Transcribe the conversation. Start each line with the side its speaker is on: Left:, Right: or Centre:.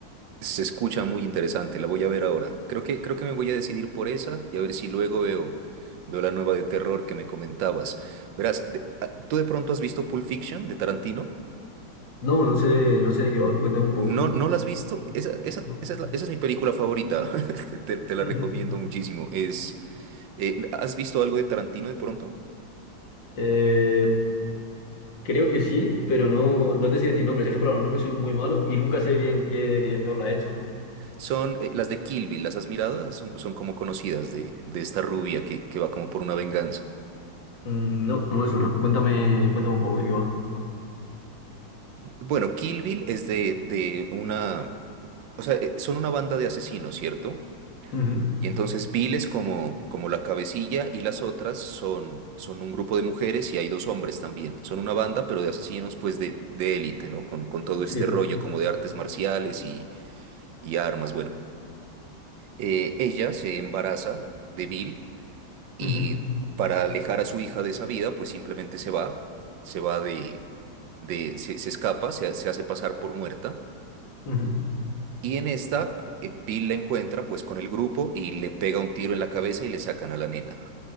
Right: Se escucha muy interesante, la voy a ver ahora. Creo que, creo que me voy a decidir por esa y a ver si luego veo, veo la nueva de terror que me comentabas. Verás, de- ah, ¿tú de pronto has visto Pulp Fiction de Tarantino?
Left: No, no sé, no sé de qué vas, cuéntame un poco.
Right: No, ¿no la has visto? Esa, esa,
Left: No.
Right: esa es la- esa es mi película favorita. <laughs> Te, te te la
Left: Ujú.
Right: recomiendo muchísimo. Es, eh, ¿has visto algo de Tarantino de pronto?
Left: Eh, creo que sí, pero no, no te sé decir nombres. Es que para los nombres soy muy malo y nunca sé bien qué director la ha hecho.
Right: Son eh, las de Kill Bill, ¿las has mirado? Esas Son, son como conocidas de, de esta rubia que, que va como por una venganza.
Left: Mm, No, no me suena. Cuéntame, cuéntame un poco de qué va.
Right: Bueno, Kill Bill es de, de una... O sea, eh, son una banda de asesinos, ¿cierto?
Left: Ujú.
Right: Y entonces Bill es como, como la cabecilla y las otras son, son un grupo de mujeres y hay dos hombres también. Son una banda, pero de asesinos pues de, de élite, ¿no? Con, con todo
Left: Sí.
Right: este rollo como de artes marciales y, y armas. Bueno, Eh, ella se embaraza de Bill y
Left: Ujú.
Right: para alejar a su hija de esa vida pues simplemente se va, se va de, de se, se escapa, se, se hace pasar por muerta.
Left: Ujú.
Right: Y en esta, eh, Bill la encuentra pues con el grupo y le pega un tiro en la cabeza y le sacan a la nena.